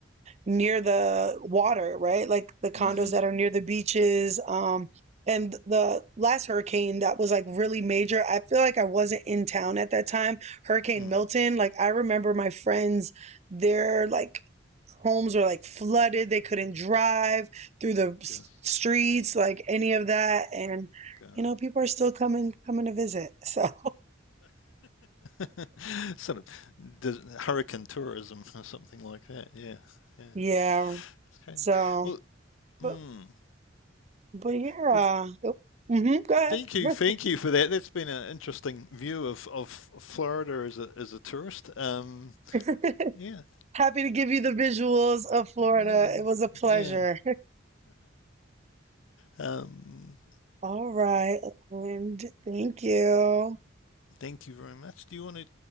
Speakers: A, on the right (about 35°); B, on the left (about 85°).
A: near the water, right? Like the condos
B: hmm
A: that are near the beaches. Um, and the last hurricane that was like really major, I feel like I wasn't in town at that time. Hurricane
B: hmm
A: Milton, like I remember my friends, their like homes were like flooded. They couldn't drive through the s-
B: Gus,
A: streets, like any of that. And,
B: gus, gus.
A: you know, people are still coming, coming to visit. <laughs> So,
B: <laughs> sort of hurricane tourism or something like that. Yeah, yeah.
A: yeah.
B: It's crazy.
A: So,
B: Well,
A: but,
B: mm,
A: but yeah.
B: well,
A: uh, oh, Mm-hmm, go
B: thank you, thank you for that. That's been an interesting view of, of Florida as a as a tourist. Um,
A: ahead. <laughs>
B: yeah,
A: Happy to give you the visuals of Florida.
B: yeah.
A: It was a pleasure.
B: yeah. Um,
A: <laughs> All right, and thank you.
B: Thank you very much. Do you want to